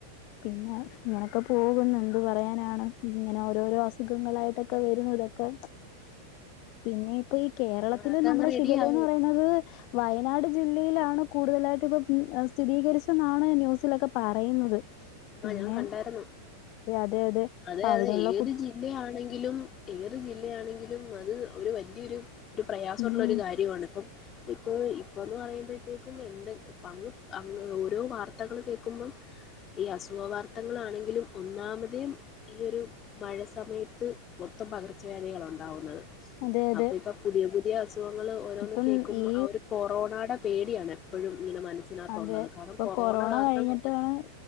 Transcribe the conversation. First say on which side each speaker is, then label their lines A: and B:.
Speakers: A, on the left; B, on the left.
A: പിന്നെ ഇങ്ങനൊക്കെ പോകുന്നു എന്ത് പറയാനാണ് ഇങ്ങനെ ഓരോരോ അസുഖങ്ങളായിട്ടൊക്കെ വരുന്ന ഇതൊക്കെ പിന്നെ ഇപ്പൊ ഈ കേരളത്തില്
B: ആ, അതൊക്കെ
A: നമ്മുടെ
B: അങ്ങ് റെഡിയാ
A: ശിഖല എന്ന് പറയുന്നത് വയ വയനാട് ജില്ലയിലാണ് കൂടുതലായിട്ടും ഇപ്പം ഉം സ്ഥിരീകരിച്ചെന്നാണ് ന്യൂസിലൊക്കെ പറയുന്നത്. പിന്നെ
B: ആ ഞാൻ കണ്ടായിരുന്നു.
A: അതെ അതെ
B: അതെ
A: അപ്പൊ
B: അതെ
A: അവിടെയുള്ള
B: ഏത്
A: കു
B: ജില്ലയാണെങ്കിലും ഏത് ജില്ലയാണെങ്കിലും അത് ഒരു വലിയൊരു പ്രയാസമുള്ള
A: ഉം
B: ഒരു കാര്യമാണ് ഇപ്പം ഇപ്പ ഇപ്പ എന്ന് പറയുമ്പോഴത്തേക്കും എന്ത അങ്ങ് അ ഓരോ വാർത്തകൾ കേക്കുമ്പം ഈ അസുഖ വാർത്തകളെങ്കിലും ഒന്നാമതും ഈ ഒരു മഴ സമയത്ത് മൊത്തം പകർച്ചവാദികളെ ഉണ്ടാകുന്നത്.
A: അതെ അതെ
B: അപ്പൊ ഇപ്പൊ പുതിയ പുതിയ അസുഖങ്ങൾ ഓരോന്ന്
A: ഇപ്പം
B: കേൾക്കുമ്പോ
A: ഈ
B: ആ ഒരു കൊറോണടെ പേടിയാണ് എപ്പോഴും ഇങ്ങനെ മനസ്സിനകത്തുള്ളത്
A: അതെ
B: കാരണം
A: ഇപ്പൊ
B: കൊറോണ കാരണം
A: കഴിഞ്ഞിട്ടാണ്
B: നമ്മെ